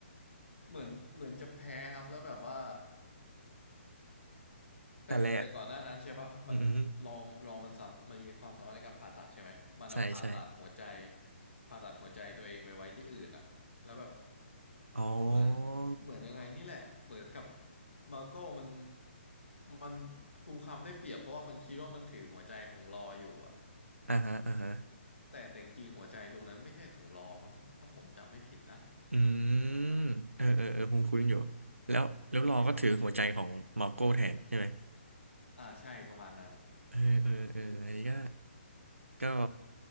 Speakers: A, on the left (about 70°); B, on the right (about 90°).
A: เหมือนเหมือนจะแพ้ครับแล้วแบบว่าแต่แต่ก่อนหน้านั้นใช่ปะมันรอรอมันสามมันมีความสามารถในการผ่าตัดใช่ไหมมันอะผ่าตัดหัวใจ
B: แต่แรกอืม ใช่ใช่
A: ผ่าตัดหัวใจตัวเองไปไว้ที่อื่นอะแล้วแบบ
B: อ๋อ
A: เหมือนเหมือนยังไงนี่แหละเหมือนกับมาโก้มันมันกุมความได้เปรียบเพราะว่ามันคิดว่ามันถือหัวใจของรออยู่อะ
B: อ่าฮะอ่าฮะ
A: แต่แต่จริงๆหัวใจดวงนั้นไม่ใช่ของรอมั้งถ้าผมจำไม่ผิดนะ
B: อืม เออเออเออคุ้นคุ้นอยู่ แล้ว แล้วรอก็ถือหัวใจของมาร์โก้แทนใช่ไหม
A: คุณไหมครับอ่าใช่ประมาณนั้น
B: เออเออเอออันนี้ก็ก็